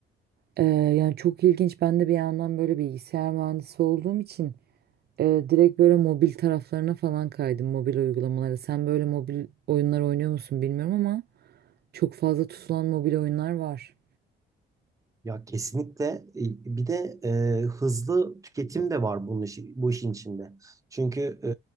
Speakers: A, on the right; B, on the right.
A: E, yani çok ilginç. Ben de bir yandan böyle bilgisayar mühendisi olduğum için ee, direkt böyle mobil taraflarına falan kaydım mobil uygulamalara. Sen böyle mobil oyunlar oynuyor musun bilmiyorum ama çok fazla tutulan mobil oyunlar var.
B: Ya kesinlikle E, bir de e, hızlı tüketim de var bunun işi, bu işin içinde. Çünkü e,